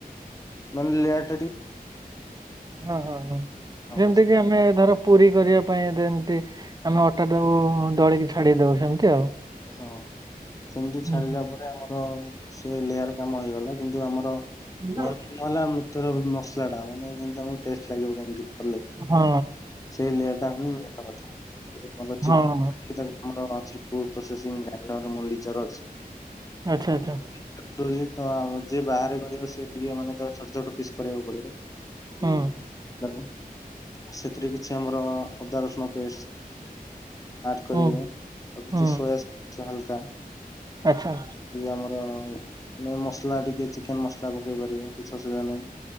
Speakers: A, on the left (about 20°); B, on the right (about 25°).
A: ମାନେ ଲେଟ
B: ହଁ ହଁ ହଁ
A: ହଁ
B: ଯେମିତି କି ଆମେ ଧର ପୁରୀ କରିବା ପାଇଁ ଯେମିତି ଆମେ ଅଟା ଟାକୁ ଦଳିକି ଛାଡ଼ିଦଉ ସେମିତି ଆଉ।
A: ହଁ ସେମିତି ଛାଡିଲା
B: ହୁଁ
A: ପରେ ଆମର ସେ ଲେୟାର କାମ ହେଇଗଲା କିନ୍ତୁ ଆମର
B: ହୁଁ।
A: ମେନ <unintelligible> କେବଳ ମସଲାଟା ମାନେ ଯେମିତି ତମକୁ ଟେଷ୍ଟ ଲାଗିବ କେମିତି କଲେ
B: ହଁ।
A: ସେ ଲେୟାର ଟା ହନି ମେନ କଥା, ସେ ଭଲ ଚିକେନ
B: ହଁ
A: କରିକି ଦବ। ଆମର ଅଛି ଫୁଡ ପ୍ରୋସେସିଂ <unintelligible> ମଣ୍ଡିଚର ଅଛି।
B: ଆଚ୍ଛା ଆଚ୍ଛା।
A: <unintelligible> କଣ ଯିଏ ବାହାରେ କରିବ ସେ ଟିକେ ମାନେ ତାକୁ ଛୋଟ ଛୋଟ ପିସ୍ କରିବାକୁ ପଡିବ।
B: ହୁଁ
A: ହଁ। ଏଥିରେ କିଛି ଆମର ଅଦା ରସୁଣ ପେଷ୍ଟ ଆଡ କରିବେ
B: ହୁଁ
A: ଆଉ କିଛି
B: ହୁଁ
A: ସୋୟା ସକସ୍ ହାଲକା
B: ଆଚ୍ଛା।
A: ଇ ଆମର ନ ମସଲା ଟିକେ ଚିକେନ ମସଲା ପକେଇ ପାରିବେ କିଛି ଅସୁବିଧା ନାହିଁ।